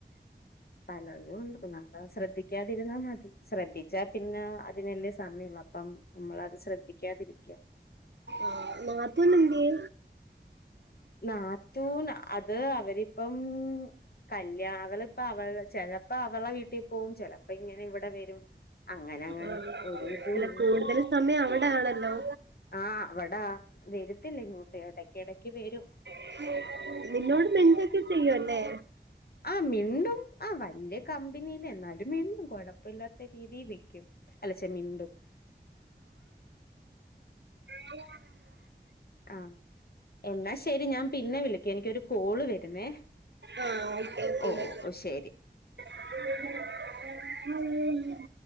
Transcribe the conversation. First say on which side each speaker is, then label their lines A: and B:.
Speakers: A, on the left; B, on the right.
A: പലതും ഉണ്ട് പ്പോ നമ്മ ശ്രദ്ധിക്കാതിരുന്നാ മതി ശ്രദ്ധിച്ചാ പിന്നെ അതിനല്ലേ സമയുള്ളൂ അപ്പം നമ്മളത് ശ്രദ്ധിക്കാതിരിക്കും
B: ആഹ് നാത്തൂനെന്ത്യേ
A: നാത്തൂന് അത് അവരിപ്പം കല്യാണം അവളിപ്പ അവൾ ചെലപ്പോ അവളെ വീട്ടിപോകും ചെലപ്പോ ഇങ്ങനെ ഇവിടെ വരും അങ്ങനെങ്ങനാ
B: ആഹ്
A: ഒരു ഇതും
B: അല്ല
A: ഇല്ല
B: കൂടുതൽ സമയം അവിടെ ആണല്ലോ
A: ആഹ് അവിടാ വരത്തില്ല ഇങ്ങോട്ട് ഇടക്കിടക്ക് വരും
B: <inaudible> നിന്നോട് മിണ്ടൊക്കെ ചെയ്യും അല്ലേ
A: ആഹ് മിണ്ടും ആഹ് വല്യ കമ്പനിയില്ല എന്നാലും മിണ്ടും കൊഴപ്പയില്ലാത്ത രീതിയില് ക്ക്‌യും അല്ലച്ചമിണ്ടും
B: <unintelligible>
A: ആഹ് എന്നാ ശരി ഞാൻ പിന്നെ വിളിക്ക എനിക്കൊരു കോള് വരുന്നേ
B: ആ ഓക്കെ ഓക്കെ
A: ഓ
B: ബൈ ബൈ
A: ഹ് ശെരി
B: <unintelligible>